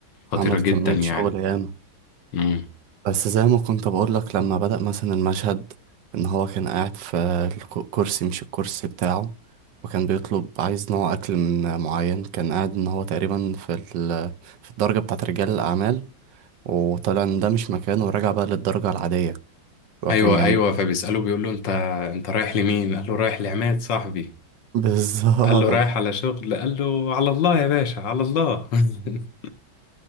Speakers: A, on the left; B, on the right.
A: خطيره
B: عمل
A: جدا
B: كميه
A: يعني
B: شغل ياما
A: امم
B: بس زي ما كنت بقول لك لما بدأ مثلا المشهد ان هو كان قاعد في الكرسي مش الكرسي بتاعه وكان بيطلب عايز نوع اكل من معين كان قاعد ان هو تقريبا في ال... في الدرجة بتاعه رجال الاعمال وطلع ان ده مش مكانه ورجع بقى للدرجة العادية وكان
A: ايوه
B: جنب
A: ايوه فبيساله بيقول له انت انت رايح لمين قال له رايح لعماد صاحبي
B: <laughs> بالظبط
A: قال له رايح على شغل قال له على الله يا باشا على الله <laughs>